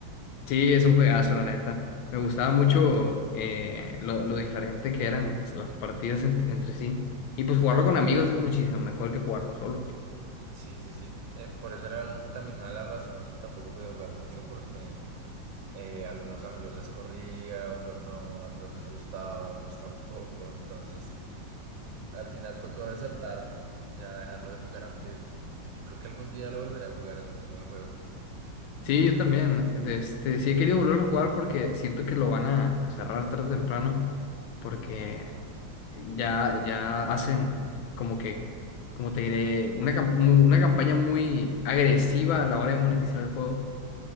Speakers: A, on the left; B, on the right.
A: Sí, es un juegazo, la neta. Me gustaba mucho eh, lo, lo diferente que eran las, las partidas en- entre sí. Y pues jugarlo con amigos es muchísimo mejor que jugarlo solo.
B: Sí, sí, sí. Eh, por eso era también una de las razones que tampoco podía jugar mucho, porque eh, a algunos amigos les corría, otros no, a otros les gustaba, a otros tampoco. Entonces, al final tocó desertar, ya dejarlo de jugar, aunque yo creo que algún día lo volveré a jugar, es muy buen juego.
A: Sí, yo también. de Este, sí he querido volverlo a jugar porque siento que lo van a cerrar tarde o temprano. Porque ya, ya hacen como que, como te diré, una, cam- mu- una campaña muy agresiva a la hora de monetizar el juego.